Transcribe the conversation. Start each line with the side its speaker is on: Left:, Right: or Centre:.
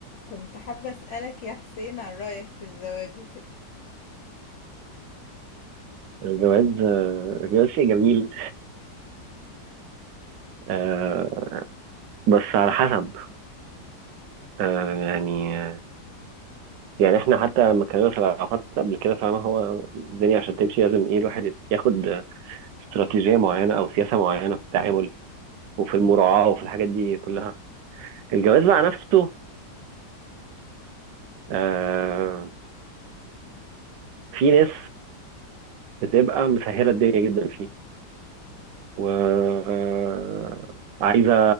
Left: كنت حابة أسألك يا حسين عن رأيك في الزواج وكده
Right: الجواز آه، الجواز شيء جميل آه، بس على حسب آه، يعني آه، يعني احنا حتى لما اتكلمنا في العلاقات قبل كده فاهم هو الدنيا عشان تمشي لازم ايه الواحد ياخد استراتيجية معينة او سياسة معينة في التعامل وفي المراعاة وفي الحاجات دي كلها الجواز بقى نفسه آه، في ناس بتبقى مسهلة الدنيا جدا فيه وعايزة